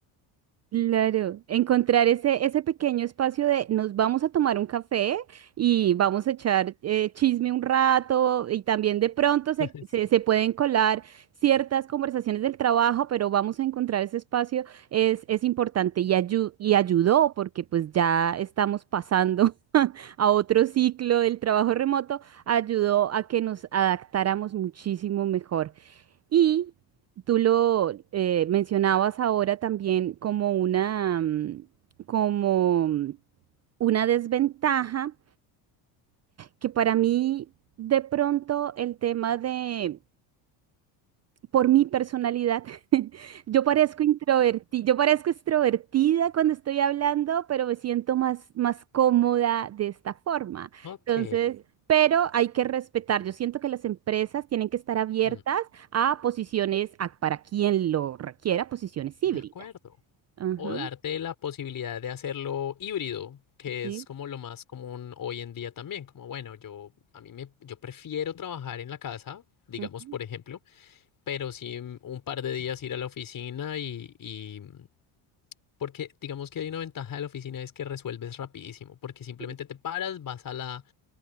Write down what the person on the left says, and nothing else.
<laughs>
Sí.
Ok.
Mm,
De
acuerdo.
o darte la posibilidad de hacerlo híbrido, que
es como lo más común hoy en día también, como bueno, yo a mí me yo prefiero trabajar en la casa, digamos
por ejemplo, pero sí mm, un par de días ir a la oficina y, y mm, porque digamos que hay una ventaja de la oficina es que resuelves rapidísimo, porque simplemente
te paras, vas a la